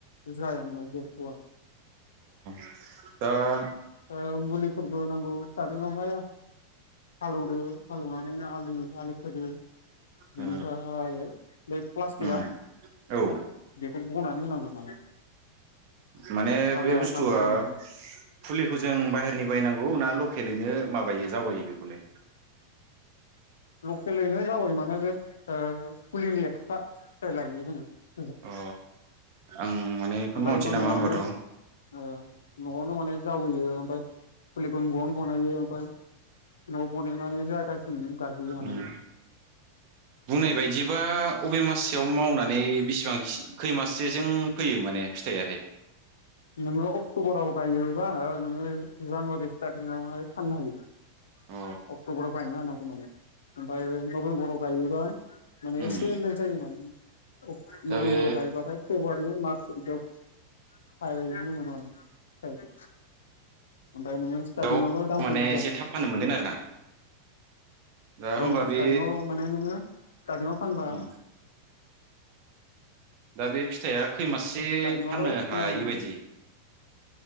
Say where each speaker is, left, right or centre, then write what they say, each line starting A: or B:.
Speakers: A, on the left; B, on the right.
A: जाया मोन बेेरथ'आ
B: ओ
A: ओ मुलिफोरबो नांगौ स्टादिंआवहाय हालौवदो हालौवनानै आलि आलि खोदो बेनिफ्राय
B: ओ
A: बे प्लास्टिकआ
B: उम औ
A: बेखौ बनानै होनांगौ माने
B: माने
A: हाग्राया
B: बे बुसथुआ
A: हाग्रा जायोनो
B: ओ फुलिखौ जों बायहेरनि बायनांगौ ना ल खेलैनो माबायो जावगायो बेखौलाय
A: लकेलैनो जावाय माने जे ओ फुलिनि एक्सट्रा फिथाइ लायो जोङो
B: अ आं माने बेखौनो
A: ओमफाय
B: मावनोसै
A: इखौ
B: नामा
A: न'आवनो
B: होमबाथ'
A: ओ न'आवनो माने जावैयो ओमफाय फुलिखौ न' आवनो बनायो ओमफाय न'आव बनायनानै
B: उम
A: <unintelligible>
B: बुंनाय बायदिबा अबे माससेयाव मावनानै बेसेबांस खैमास <unintelligible> जों फैयो माने फिथाइयाहाय
A: नोङो अक्ट'बराव गायोबा नोङो जानुवारि स्टारटिंआवहाय फाननो हायो
B: अ
A: अक्ट'बराव गायनो हानांगौ माने ओमफाय नबेम्बराव गायोबा माने
B: उम
A: एसे लेट जायो माने अक
B: दा
A: नबेम्बराव
B: बे
A: गायबाथाय फेब्रुवारि मार्च बिदियाव खाहैनो मोनो माने फिथाइखो ओमफाय नोङो स्टारटिंआवल'
B: बेयाव
A: दामखौ
B: माने
A: बुरजामोन
B: एसे थाब फाननो मोनगोन आरो ना दा होमबा
A: औ
B: बे
A: स्टारटिंआव माने नोङो स्टारटिंआव फानबा
B: उम दा बे फिथाइया खैमाससे
A: स्टार्टिंआवल'
B: फाननो
A: थिखोना
B: हायो
A: होनांगौ उनाव
B: बायदि